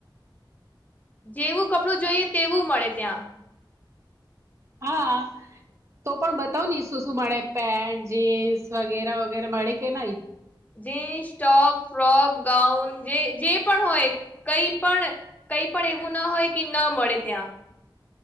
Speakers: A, on the left (about 20°); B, on the right (about 35°).
A: જેવું કપડું જોઈએ તેવું મળે ત્યાં.
B: હા તો પણ બતાવની શું શું મળે પેન્ટ જીન્સ વગેરા વગેરા મળે કે નહીં?
A: જીન્સ ટોપ ફોક ગાઉન જે જે પણ હોય કઈ પણ કઈ પણ એવું ના હોય કે ન મળે ત્યાં.